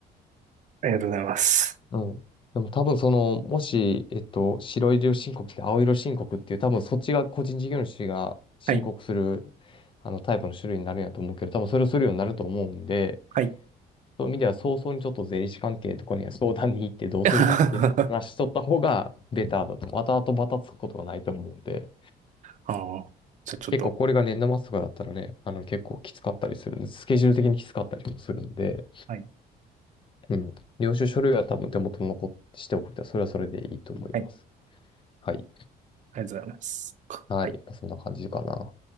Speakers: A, on the right; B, on the left.
A: ありがとうございます。
B: うん。でも多分その、もし、えっと、白色申告って青色申告っていう、多分そっちが個人事業主が申告する、
A: はい。
B: あの、タイプの種類になるんやと思うけど、多分それをするようになると思うんで、
A: はい。
B: そういう意味では早々にちょっと税理士関係とかには相談に行ってどうするかっていうのを話しとった方がベターだと思う。
A: <laughs> あ
B: 後々バタつくことがないと思うんで、
A: あ。じゃあちょっと、
B: 結構これが年度末とかだったらね、あの結構きつかったりするんで、スケジュール的にきつかったりもするんで、
A: はい。
B: うん。領収書類は多分手元に残しておくって、それはそれでいいと思います。
A: はい。
B: はい。
A: ありがとうございます。
B: はい。
A: はい。
B: そんな感じかな。